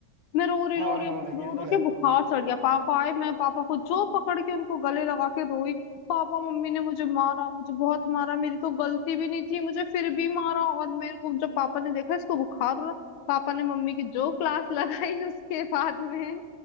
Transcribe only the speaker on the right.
हाँ
हाँ
ये
तो
है